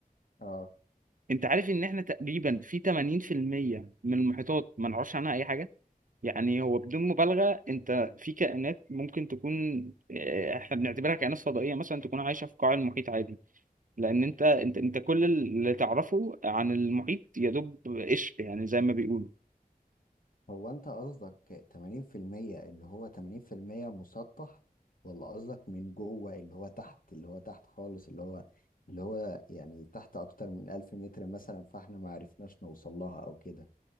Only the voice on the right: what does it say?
انت عارف ان احنا تقريبا في 80% من المحيطات ما نعرفش عنها اي حاجه يعني هو بدون مبالغة انت في كائنات ممكن تكون اه، احنا بنعتبرها كائنات فضائية مثلا تكون عايشة في قاع المحيط عادي لان انت انت انت كل اللي تعرفه عن المحيط يدوب قشر يعني زي ما بيقولوا